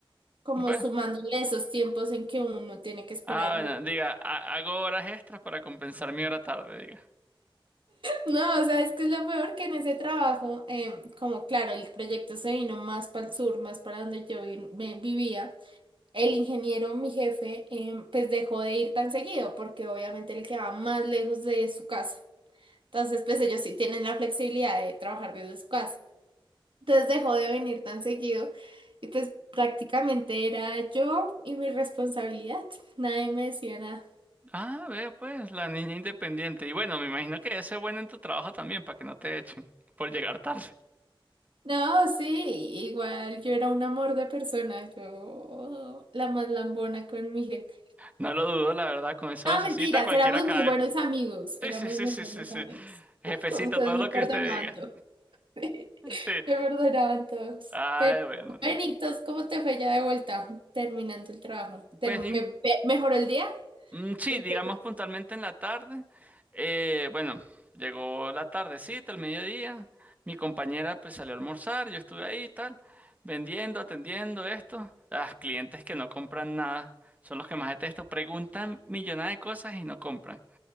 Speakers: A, on the right; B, on the right.
A: como
B: Bueno.
A: sumándole esos tiempos en que uno tiene que esperar
B: Ah,
A: bus.
B: bueno, diga, ha- hago horas extras para compensar mi hora tarde, diga.
A: No, o sea, es que es lo peor que en ese trabajo, em, como claro, el proyecto se vino más para el sur, más para donde yo vi- me vivía, el ingeniero, mi jefe, em, pues dejó de ir tan seguido porque obviamente le quedaba más lejos de su casa. Entonces, pues ellos sí tienen la flexibilidad de trabajar desde su casa. Entonces dejó de venir tan seguido y pues prácticamente era yo y mi responsabilidad. Nadie me decía nada.
B: Ah, vea pues, la niña independiente. Y bueno, me imagino que ese es bueno en tu trabajo también, para que no te echen por llegar tarde. <laughs>
A: No, sí, igual yo era un amor de persona, yo la más lambona con mi jefe.
B: No lo dudo, la verdad, con esa
A: No,
B: vocecita
A: mentiras,
B: cualquiera
A: éramos
B: cae.
A: muy buenos amigos,
B: Sí,
A: éramos
B: sí, sí,
A: muy
B: sí,
A: buenos
B: sí, sí.
A: amigos.
B: Jefecita,
A: <laughs> Entonces
B: todo
A: me
B: lo
A: perdonaban
B: que usted diga.
A: todos, <laughs> me
B: <laughs> Sí.
A: perdonaban todos.
B: Ay,
A: Pero,
B: bueno.
A: Benitos, ¿cómo te fue ya de vuelta terminando el trabajo? ¿Te-
B: Pues
A: me-
B: di-
A: me- ¿Mejoró el día?
B: mm, sí,
A: El
B: digamos
A: jefe.
B: puntualmente en la tarde. Eh, bueno, llegó la tardecita, el mediodía. Mi compañera pues salió a almorzar, yo estuve ahí y tal, vendiendo, atendiendo esto. Las clientes que no compran nada son los que más detesto. Preguntan millonadas de cosas y no compran.